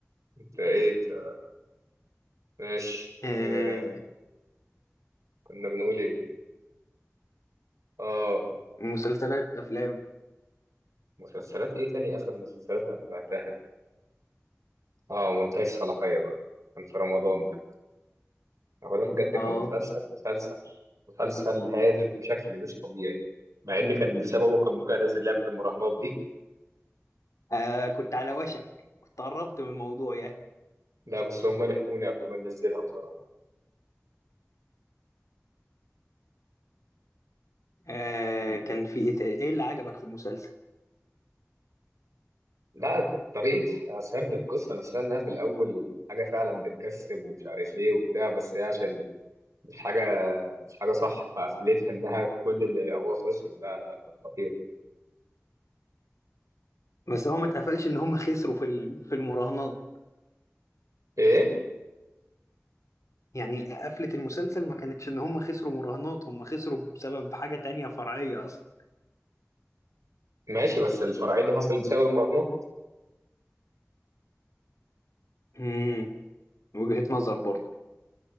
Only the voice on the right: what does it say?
انت ايه انت ماشي اه...
كنا بنقول ايه اه
مسلسلات ايه تاني اخر مسلسلات انا تابعتها اه منتهي الصلاحية بقى كان في رمضان ده هو ده بجد
كان مسلسل مسلسل مسلسل هادف بشكل مش طبيعي مع ان كان بسببه كان ممكن انزل لعبة المراهنات دي
<laughs> لا بس هم لحقوني قبل ما ننزلها بصراحة
يعني
لا طريقة سرد القصة نفسها انها في الاول حاجة فعلا بتكسب ومش عارف ايه وبتاع بس هي عشان مش حاجة مش حاجة صح فقفلتها انها كل اللي لعبوها خسروا لا لا كانت خطيرة
ايه
ماشي بس الفرعية دي حصلت بسبب المراهنات